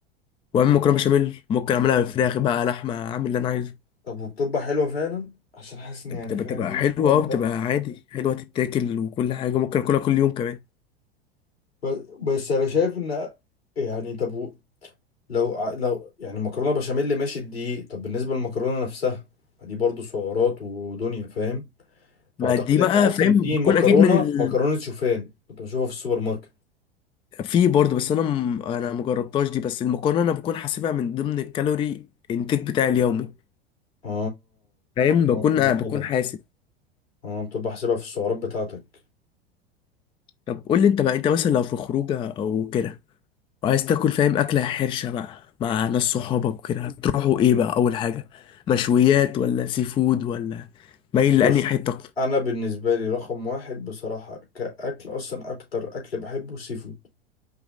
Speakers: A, on the left (about 20°); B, on the left (about 80°).
A: واعمل مكرونه بشاميل ممكن اعملها بالفراخ بقى لحمه اعمل اللي انا عايزه
B: طب وبتبقى حلوه فعلا عشان حاسس ان
A: بتبقى
B: يعني فاهم
A: بتبقى
B: دي
A: حلوه
B: شوفان
A: اه
B: ده
A: بتبقى عادي حلوه تتاكل وكل حاجه ممكن اكلها كل يوم كمان
B: ب- بس انا شايف ان يعني طب و- لو ع- لو يعني مكرونه بشاميل ماشي الدقيق طب بالنسبه للمكرونه نفسها ما دي برضو سعرات ودنيا فاهم فاعتقد
A: ما دي بقى
B: ان اصلا
A: فاهم
B: في
A: بتكون
B: مكرونه
A: اكيد من ال...
B: مكرونه شوفان كنت بشوفها في السوبر ماركت
A: في برضه بس انا م... انا مجربتهاش دي بس المكرونه انا بكون حاسبها من ضمن الكالوري انتاج بتاعي اليومي
B: اه
A: فاهم
B: آه،
A: بكون
B: مدخلها
A: آه بكون حاسب
B: اه بتبقى حاسبها في السعرات بتاعتك
A: طب قول لي انت بقى انت مثلا لو في خروجه او كده وعايز تاكل فاهم اكله حرشه بقى مع ناس صحابك وكده هتروحوا ايه بقى اول حاجه مشويات ولا سي فود ولا مايل
B: بص
A: لأنهي حته
B: انا بالنسبه لي رقم واحد بصراحه كاكل اصلا اكتر اكل بحبه السي فود